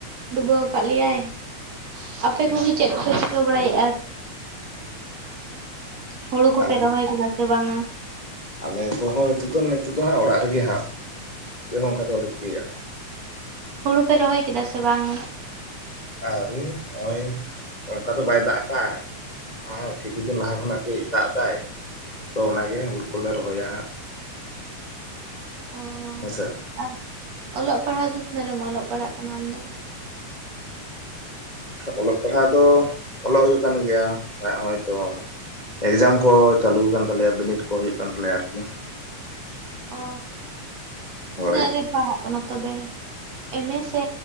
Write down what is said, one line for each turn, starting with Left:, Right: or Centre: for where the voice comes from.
Right: ᱰᱩᱵᱟᱣ ᱟᱠᱟᱜ ᱞᱮᱭᱟᱭ ᱾ ᱟᱯᱮ
Left: ᱦᱮᱸ
Right: ᱠᱚᱜᱮ ᱪᱮᱫ ᱠᱚᱯᱮ ᱪᱤᱠᱟᱹ ᱵᱟᱲᱟᱭᱮᱜᱼᱟ? ᱦᱩᱲᱩ ᱠᱚᱯᱮ
Left: ᱟᱞᱮ
Right: ᱨᱚᱦᱚᱭ ᱠᱮᱫᱟ ᱥᱮ ᱵᱟᱝᱟ?
Left: ᱟᱞᱮ ᱠᱚᱦᱚᱸ ᱱᱤᱛᱚᱜ ᱫᱚ ᱱᱤᱛᱚᱜ ᱫᱚ ᱦᱟᱸᱜ ᱚᱲᱟᱜ ᱨᱮᱜᱮ ᱦᱟᱸᱜ ᱪᱮᱫ ᱦᱚᱸ ᱚᱱᱠᱟ ᱫᱚ ᱵᱟᱞᱮ ᱪᱤᱠᱟᱹᱭᱮᱜᱼᱟ᱾
Right: ᱦᱩᱲᱩ ᱯᱮ ᱨᱚᱦᱚᱭ ᱠᱮᱫᱟ ᱥᱮ ᱵᱟᱝ?
Left: ᱟᱹᱣᱨᱤ ᱱᱚᱜᱼᱚᱭ ᱚᱱᱠᱟ ᱫᱚ ᱵᱟᱭ ᱫᱟᱜ ᱟᱠᱟᱜᱼᱟ ᱦᱮᱸ ᱠᱤᱪᱷᱩ ᱫᱤᱱ ᱞᱟᱦᱟ ᱠᱷᱚᱱᱟᱜ ᱠᱟᱹᱡ ᱫᱟᱜ ᱮᱫᱟᱭ ᱛᱚ ᱚᱱᱟᱜᱮ ᱦᱩᱲᱩ ᱠᱚᱞᱮ ᱨᱚᱦᱚᱭᱟ ᱦᱟᱸᱜ ᱾
Right: ᱚ
Left: ᱦᱮᱸᱥᱮ
Right: ᱟᱨ ᱚᱞᱚᱜ ᱯᱟᱲᱦᱟᱣ ᱫᱚ ᱛᱤᱱᱟᱹᱜ ᱨᱮᱢ ᱚᱞᱚᱜ ᱯᱟᱲᱦᱟᱜ ᱠᱟᱱᱟ ᱟᱢᱫᱚ?
Left: ᱚᱞᱚᱜ ᱯᱟᱲᱦᱟᱣ ᱫᱚ ᱚᱞᱚᱜ ᱦᱩᱭᱩᱜ ᱠᱟᱱ ᱜᱮᱭᱟ ᱮ ᱦᱚᱜᱚᱭ ᱛᱚ ᱮᱠᱡᱟᱢ ᱠᱚ ᱪᱟᱹᱞᱩ ᱟᱠᱟᱱ ᱛᱟᱞᱮᱭᱟ, ᱵᱤᱱᱤᱰ ᱠᱚ ᱦᱩᱭᱩᱜ ᱠᱟᱱ ᱛᱟᱞᱮᱭᱟ ᱟᱨᱠᱤ ᱾
Right: ᱚ
Left: ᱦᱳᱭ
Right: ᱛᱤᱱᱟᱹᱜ ᱨᱮᱢ ᱯᱟᱲᱦᱟᱜ ᱠᱟᱱᱟ ᱛᱚᱵᱮ ᱮᱢ ᱮ ᱥᱮ